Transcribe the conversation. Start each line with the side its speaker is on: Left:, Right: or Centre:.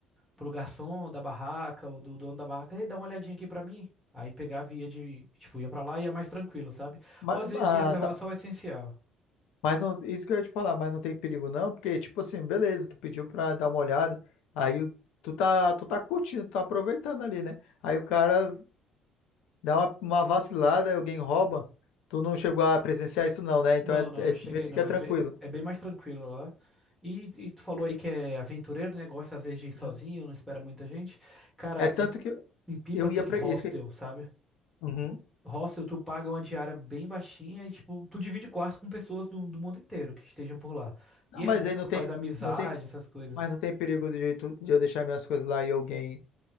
Centre: pro garçom da barraca ou do dono da barraca, Ei, dá uma olhadinha aqui pra mim. Aí pegava e ia de, tipo, ia pra lá e ia mais tranquilo, sabe?
Left: Mas,
Centre: Ou às vezes
Left: ah,
Centre: ia levar
Left: tá.
Centre: só o essencial.
Left: Mas não, isso que eu ia te falar, mas não tem perigo não, porque tipo assim, beleza, tu pediu pra dar uma olhada, aí o- tu tá, tu tá curtindo, tu tá aproveitando ali, né? Aí o cara dá uma, uma vacilada, aí alguém rouba, tu não chegou a presenciar isso não, né? Então
Centre: Não,
Left: é,
Centre: não,
Left: é
Centre: cheguei
Left: mesmo
Centre: não.
Left: que é tranquilo.
Centre: É bem, é bem mais tranquilo lá. E, e tu falou aí que é aventureiro, né? Gosta às vezes de ir sozinho,
Left: Uhum.
Centre: não espera muita gente. Cara,
Left: É tanto
Centre: em,
Left: que
Centre: em Pipa
Left: eu
Centre: tem
Left: ia pra
Centre: hostel,
Left: isso que...
Centre: sabe?
Left: Uhum.
Centre: Hostel, tu paga uma diária bem baixinha e, tipo, tu divide quarto com pessoas do, do mundo inteiro que estejam por lá.
Left: Não,
Centre: E
Left: mas
Centre: é bom
Left: aí
Centre: que
Left: não
Centre: tu
Left: tem,
Centre: faz amizade,
Left: não tem,
Centre: essas coisas.
Left: mas não tem perigo de, tu- de eu deixar minhas coisas lá e alguém